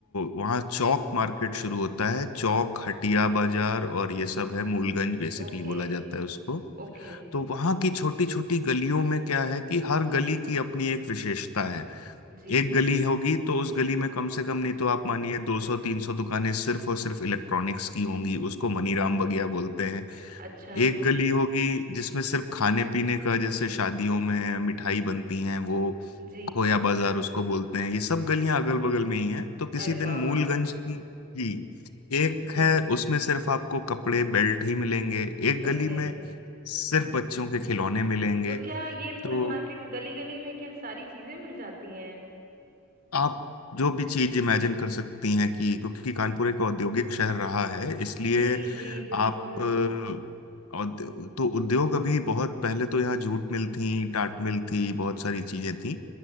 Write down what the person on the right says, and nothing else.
ओके
ओके
जी
हम्म
अच्छा
जी
अरे
बाबा
जी
ओके
तो क्या ये पूरी
मार्केट गली गली में क्या सारी चीजें मिल जाती हैं
जी जी बिल्कुल